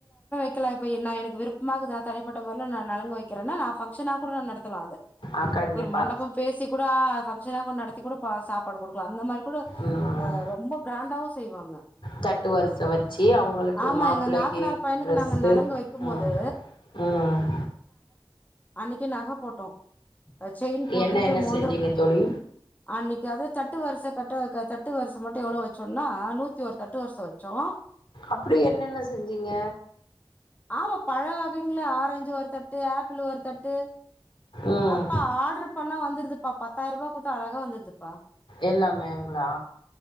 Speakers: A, on the left; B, on the left.
A: இருக்கலாம் இப்ப நா எனக்கு விருப்பமாக நா தனிப்பட்ட முறேல நான் நலங்கு வக்கிறேனா நான் பங்ஷனா கூட நா நடத் த்தலா அத
B: ஆ கண்டிப்பா
A: ஒரு மண்டபம் பேசி கூட ஃபங்க்ஷனா கூட நடத் வச்சு கூட ப சாப்பாடு குடுக்கலா அந்த மாரி கூட
B: ம்
A: ஆஹ் ரொம்ப கிராண்டாவும் செய்வாங்க
B: தட்டு வருச வச்சு அவுங்களுக்கு
A: ஆமா
B: மாப்பிள்ளகி
A: எங்க நாத்தனார் பையனுக்கு
B: ட்ரெஸ்ஸு
A: நாங்க நலங்கு வைக்கும் போது
B: உம் உம்
A: அன்னைக்கி நக போட் டோ செயின் போட்டுட்டு
B: என்ன என்ன
A: மோந்தரம்
B: செஞ்சீங்க தோழி
A: அன்னைக் கே அது தட்டு வருஷ கரட்ட க தட்டு வருஷ மட்டும் எவ்ளோ வச்சோம்னா நூத்தி ஒரு தட்டு வருஷ வச்சோ
B: அப்டி என்னென்ன செஞ்சிங்க
A: ஆமா பழ வகைங்களே ஆரஞ்சு ஒரு தட்டு ஆப்பிள் ஒரு தட்டு
B: ம்
A: அப்ப ஆட்ரு பண்ணா வந்திருதுப்பா பத்தாயிரம் ரூபா குத்தா அழகா வந்திருதுப்பா
B: எல்லாமேங்களா